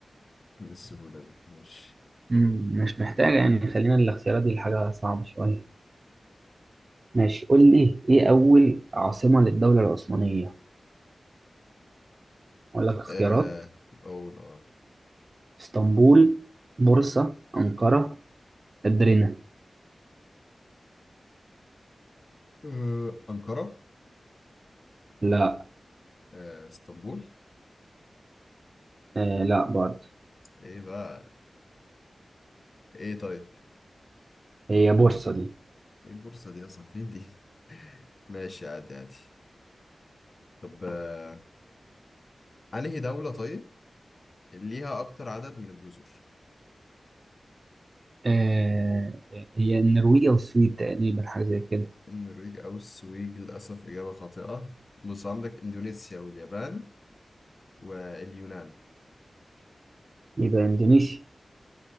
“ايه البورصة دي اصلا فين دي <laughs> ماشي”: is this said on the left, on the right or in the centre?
Left